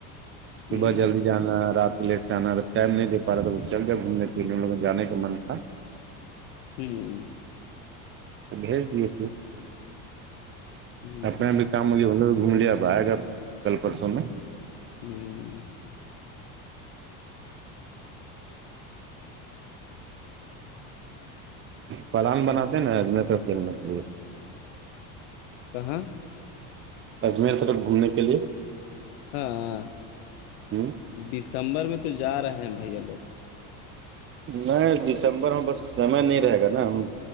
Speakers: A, on the left; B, on the right.
A: ہوں
B: صبح جلدی جانا رات کو لیٹ ٹم نہیںے پا رہا تھا چل جائے گھومنے پے ان لوگ جان کا من تھا
A: ہوں
B: بھیج دیے تھے
A: ہوں
B: اپنے بھی کام ہو گ نے بھی گھوم لیا اب آئے گا کل پرسوں میں
A: ہوں
B: پلان بناتے نا تر سیل مچھلی
A: کہاں
B: اجمیر تک گھومنے کے لیے
A: ہاں
B: ہوں
A: دسمبر میں تو جا رہے ہیں بھیا لوگ
B: نہیں دسمبر میں بس سمے نہیں رہے گا نا ہم